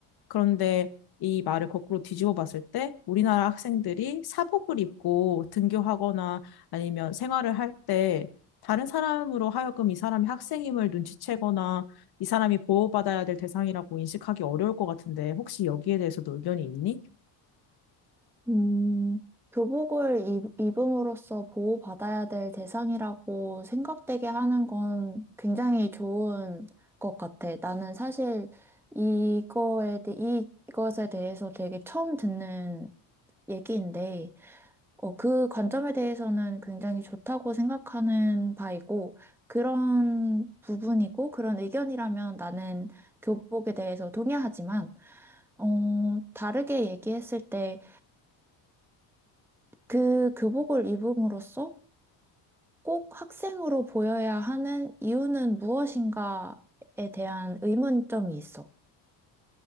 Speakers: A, on the left; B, in the centre.
A: 그런데 이 말을 거꾸로 뒤집어 봤을 때 우리나라 학생들이 사복을 입고 등교하거나 아니면 생활을 할 때 다른 사람으로 하여금 이 사람이 학생임을 눈치채거나 이 사람이 보호받아야 될 대상이라고 인식하기 어려울 것 같은데 혹시 여기에 대해서도 의견이 있니?
B: 음, 교복을 입, 입음으로써 보호받아야 될 대상이라고 생각되게 하는 건 굉장히 좋은 것 같아. 나는 사실 이거에 대, 이것에 대해서 되게 처음 듣는 얘기인데, 어, 그 관점에 대해서는 굉장히 좋다고 생각하는 바이고, 그런 부분이고, 그런 의견이라면 나는 교복에 대해서 동의하지만, 어, 다르게 얘기했을 때, 그 교복을 입음으로써 꼭 학생으로 보여야 하는 이유는 무엇인가에 대한 의문점이 있어.